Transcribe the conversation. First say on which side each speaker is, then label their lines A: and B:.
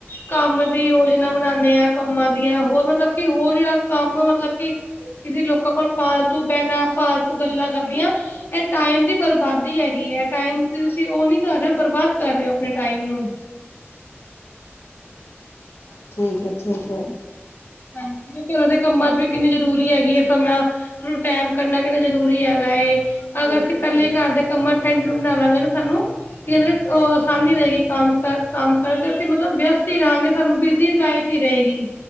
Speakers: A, on the left; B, on the left.
A: ਕੰਮ ਦੀ ਯੋਜਨਾ ਬਣਾਦੇ ਆ ਕੰਮਾਂ ਦੀਆਂ ਹੋਰ ਮਤਲਬ ਕੀ ਹੋਰ ਜੇੜਾ ਕੰਮ ਮਤਲਬ ਕਿ ਕਿਸੇ ਲੋਕਾਂ ਕੋਲ ਫਾਲਤੂ ਬੈਨਾਂ ਫਾਲਤੂ ਗੱਲਾਂ ਕਰਨੀਆਂ। ਐ ਟਾਈਮ ਦੀ ਬਰਬਾਦੀ ਹੈਗੀ ਐ ਟਾਈਮ ਦੀ ਤੁਸੀਂ ਓ ਨੀ ਕਰ ਰਏ ਓ। ਬਰਬਾਦ ਕਰ ਰਏ ਓ ਆਪਣੇ ਟਾਈਮ ਨੂੰ
B: ਠੀਕ ਐ ਠੀਕ ਐ।
A: ਹਾਂਜੀ ਘਰਾਂ ਦੇ ਕੰਮਾਂ 'ਚ ਵੀ ਕਿੰਨੀ ਜ਼ਰੂਰੀ ਹੈਗੀ ਏ ਸਮਾਂ ਫੇਰ ਓ ਟੈਮ ਕੱਢਣਾ ਕਿੰਨਾ ਜਰੂਰੀ ਹੈਗਾ। ਅਗਰ
B: ਬਿਲਕੁਲ
A: ਅਸੀਂ ਪੈਲਾਂ ਈ ਘਰ
B: ਕਿਉਂ
A: ਦੇ ਕੰਮਾਂ ਟੈਮ ਟੇਬਲ ਬਣਾ ਲਾਂਗੇ ਤੇ ਸਾਨੂੰ ਕੀ ਕੈਂਦੇ ਨੇ ਓ ਆਸਾਨੀ ਰਏਗੀ ਕੰਮ-ਕੰਮ ਕਰਨ ਦੇ ਅਸੀਂ ਮਤਲਬ ਵਿਅਸਤ ਤੀ ਰਾਂਗੇ ਸਾਨੂੰ ਬਿਜ਼ੀ ਲਾਈਫ ਈ ਰਏਗੀ।